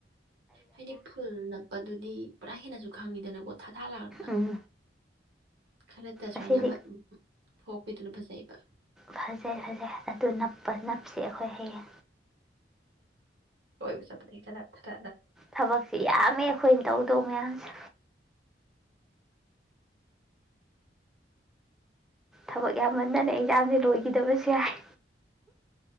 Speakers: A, on the right (about 70°); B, in the centre.
A: ꯍꯥꯏꯗꯤ ꯐꯨꯜꯅꯞ ꯄꯗꯨꯗꯤ ꯄꯨꯔꯥ ꯍꯦꯟꯅꯁꯨ ꯈꯪꯉꯤꯗꯅꯀꯣ ꯊꯥꯊꯥ ꯂꯥꯎꯔꯒ
B: ꯎꯝ
A: ꯈꯔꯇ ꯁꯨꯃꯥꯏꯅ
B: ꯑꯁꯤꯗꯤ
A: ꯑꯃ ꯊꯣꯛꯄꯤꯗꯨꯅ ꯐꯖꯩꯕ
B: ꯐꯖꯩ ꯐꯖꯩ ꯑꯗꯨ ꯅꯞꯄ ꯅꯞꯁꯤ ꯑꯩꯈꯣꯏ ꯍꯥꯌꯦꯡ
A: ꯀꯣꯏꯕ ꯆꯠꯄꯗ ꯍꯦꯛ ꯇ ꯅꯞꯊ
B: ꯊꯕꯛꯁꯤ ꯌꯥꯝꯃꯦ ꯑꯩꯈꯣꯏꯅ ꯇꯧꯗꯧ ꯃꯌꯥꯝꯁꯦ ꯊꯕꯛ ꯌꯥꯝꯃꯟꯗꯅ ꯑꯦꯛꯖꯥꯝꯁꯦ ꯂꯣꯏꯒꯤꯗꯕꯁꯨ ꯌꯥꯏ